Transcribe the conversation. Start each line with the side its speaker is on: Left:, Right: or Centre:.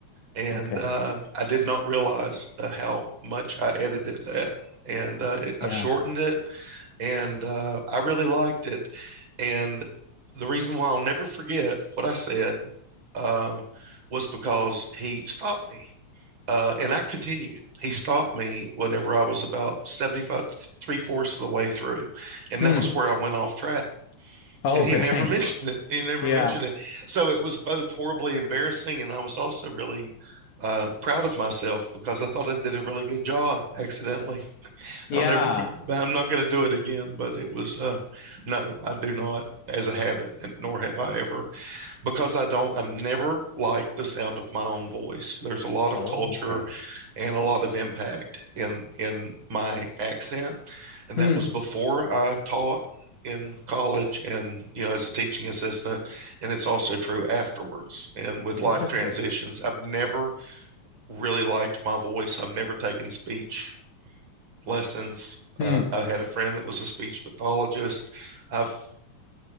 Right: And
Left: Okay.
Right: uh, I did not realize uh, how much I edited that, and uh,
Left: Yeah.
Right: I shortened it, and uh, I really liked it. And the reason why I'll never forget what I said uh, was because he stopped me. Uh, and I continued. He stopped me whenever I was about 75, three fourths of the way through. And
Left: Hmm.
Right: that was where I went off track.
Left: Oh,
Right: And he
Left: <laughs> really?
Right: never <laughs> mentioned it. He never
Left: Yeah.
Right: mentioned it. So it was both horribly embarrassing. And I was also really uh, proud of myself because I thought I did a really good job accidentally.
Left: Yeah.
Right: I'll never, I'm not going to do it again, but it was, uh, no, I do not as a habit, and nor have I ever because I don't, I've never liked the sound of my own voice. There's a lot of
Left: Oh,
Right: culture
Left: okay.
Right: and a lot of impact in in my accent, and
Left: Hmm.
Right: that was before I taught in college and you know as a teaching assistant and it's also true afterwards and with
Left: Interesting.
Right: life transitions i've never really liked my voice i've never taken speech lessons
Left: Hmm.
Right: uh, i had a friend that was a speech pathologist i've